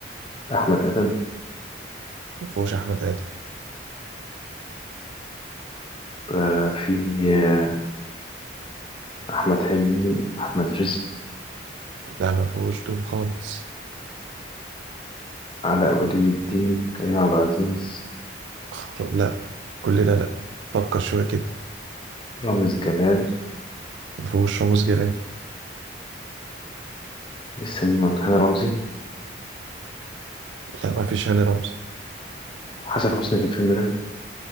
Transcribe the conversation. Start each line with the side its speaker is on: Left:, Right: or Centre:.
Left: أحمد آدم
Right: ما فيهوش احمد ادم
Left: آه، في آه، أحمد حلمي أحمد رزق
Right: لا ما فيهوش دول خالص
Left: علاء ولي الدين كريم عبد العزيز
Right: خ- لا كل ده لا فكر شويه كده
Left: رامز جلال
Right: ما فيهوش رامز جلال
Left: لسه من هاني رمزي
Right: لا ما فيش هاني رمزي
Left: حسن حسني في الفيلم ده